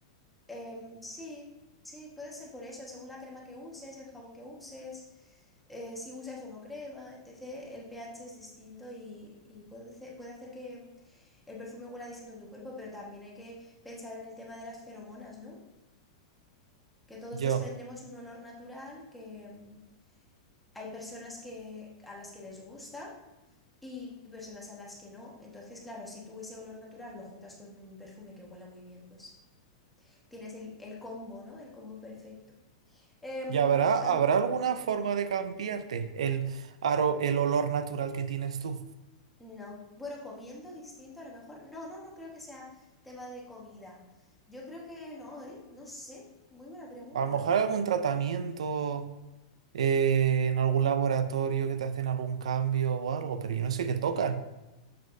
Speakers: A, in the centre; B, on the right.
A: Em, sí, sí, puede ser por eso, según la crema que uses, el jabón que uses, eh, si usas o no crema, etc. El pH es distinto y, y puede, ce- puede hacer que el perfume huela distinto en tu cuerpo, pero también hay que pensar en el tema de las feromonas, ¿no? Que todos
B: Yo.
A: desprendemos un olor natural, que mm, hay personas que, a las que les gusta y personas a las que no. Entonces, claro, si tú ese olor natural lo juntas con un perfume que huela muy bien, pues tienes el, el combo, ¿no? El combo perfecto. Em,
B: ¿Y habrá,
A: am-
B: habrá alguna forma
A: mm,
B: de cambiarte el, aro- el olor natural que tienes tú?
A: no, bueno, comiendo distinto a lo mejor. No, no, no creo que sea tema de comida. Yo creo que no, ¿eh? No sé. Muy buena pregunta.
B: A lo mejor algún tratamiento eh, en algún laboratorio que te hacen algún cambio o algo, pero yo no sé qué tocan.